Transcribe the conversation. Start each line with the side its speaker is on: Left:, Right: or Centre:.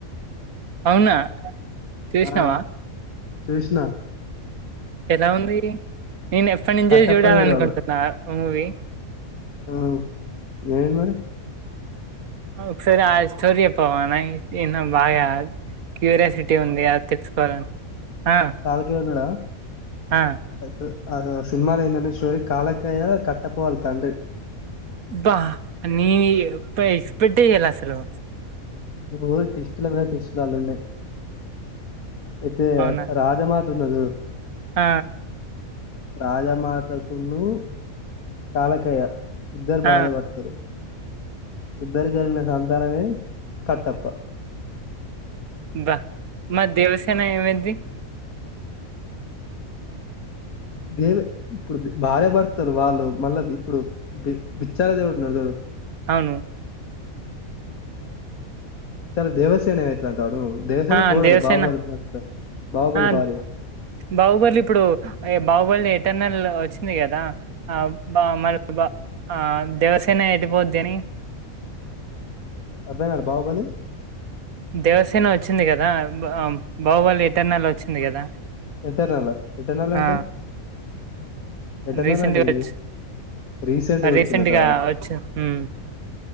Right: అవునా చూసినావా
Left: ఆ చూష్నా
Right: ఎలా ఉంది నేను ఎప్పటి నుంచో
Left: కట్టప్పనే
Right: జూడాల
Left: హీరో
Right: అనుకుంటున్నా మూవీ
Left: ఆ ఏంది మరి
Right: ఆ ఒకసారి ఆ స్టోరీ చెప్పవా నాకి ఇందాం బాగా క్యూరియాసిటీ ఉంది అది తెచ్కోవాలని ఆ
Left: కాలికేయ ఉన్నాడా
Right: ఆ
Left: అ ఆ సినిమాల ఎందంటే స్టోరి కాలకేయ కట్టప్ప వాళ్ల తండ్రి
Right: బా అన్నీ అబ్బా ఎక్స్పెక్టే చేయలె అసలు
Left: నువు టిస్టుల మీద టిస్టులలా ఉండే అయితే
Right: అవునా
Left: రాజమా దున్నతుడు
Right: ఆ
Left: రాజమాతకున్ను కాలకయ్య ఇద్దరు భార్య
Right: ఆ,
Left: భర్తలు ఇద్దరికి కలిగిన సంతానమే కట్టప్ప
Right: బా మరీ దేవసేన ఏమైంది
Left: దే ఇప్పుడు భార్యభర్తలు వాళ్ళు మళ్ళా ఇప్పుడు బి బిచ్చాల దేవుడు ఉన్నారు చోడు
Right: అవును
Left: చలో దేవసేన ఏమైతాదంటవా నువు దేవసేన
Right: ఆ
Left: కోడలు
Right: దేవసేన
Left: బాుహుబలి భర్త బాహుబలి
Right: ఆ
Left: భార్య
Right: బాహుబలి ఇప్పుడు బాహుబలి ఎటర్నల్ వచ్చింది కదా ఆ బా మరి బా ఆ దేవసేన ఎటుపోద్ది అని
Left: అర్థం కాలే బాహుబలి
Right: దేవసేన వచ్చింది కదా బాహుబలి ఇటర్నల్ లో వచ్చింది కదా
Left: ఇటర్నల్ ఆ ఇటర్నల్ అంటే
Right: ఆ
Left: ఎటర్నల్
Right: రీసెంట్గా
Left: అంటే ఏంటిది
Right: వచ్చు
Left: రీసెంట్ గా
Right: రీసెంట్గా
Left: వచ్చిందట
Right: వచ్చు ఊ